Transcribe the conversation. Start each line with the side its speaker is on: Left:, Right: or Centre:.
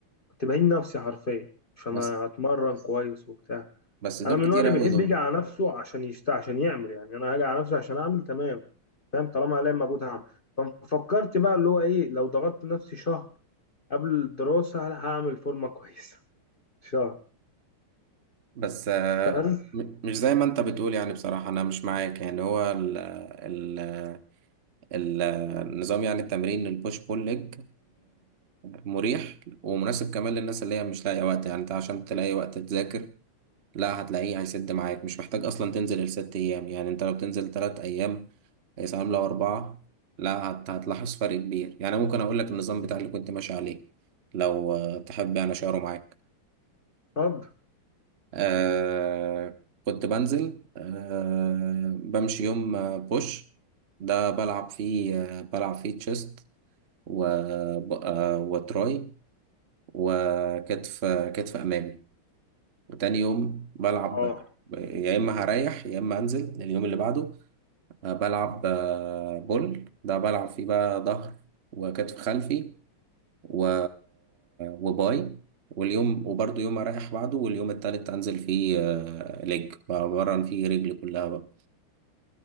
Left: كنت بهين نفسي حرفيا عشان
Right: بس
Left: هتمرن كويس وبتاع
Right: بس دول
Left: انا من
Right: كتير
Left: النوع اللي بيحب
Right: أوي دول
Left: يجي على نفسه عشان يشت عشان يعمل يعني انا هاجي على نفسي عشان اعمل تمام فاهم طالما عليا مجهود هعمل ففكرت بقى اللي هو ايه لو ضغطت نفسي شهر قبل الدراسه لا، هعمل فورمه <laughs> كويسه شهر
Right: بس آه،
Left: فاهم
Right: م- مش زي ما أنت بتقول يعني بصراحة أنا مش معاك يعني هو ال ال ال- النظام يعني التمرين البوش بول ليج مريح ومناسب كمان للناس اللي هي مش لاقية وقت يعني أنت عشان تلاقي وقت تذاكر لا هتلاقيه هيسد معاك مش محتاج أصلا تنزل الست أيام يعني أنت لو بتنزل تلات أيام هي سنة عاملة أربعة لا هت- هتلاحظ فرق كبير يعني ممكن أقول لك النظام بتاع اللي كنت ماشي عليه لو آه، تحب يعني أشاره معاك
Left: اتفضل
Right: آه كنت بنزل آه بمشي يوم آه، بوش ده بلعب فيه آه بلعب فيه تشيست و آه وتراي وكتف آه، كتف أمامي وتاني يوم بلعب
Left: اه
Right: يا إما هريح يا إما أنزل اليوم اللي بعده آه، بلعب آه، بول ده بلعب فيه بقى ظهر وكتف خلفي و... وباي واليوم وبرضه يوم أريح بعده واليوم التالت أنزل فيه آه، ليج بمرن فيه رجلي كلها بقى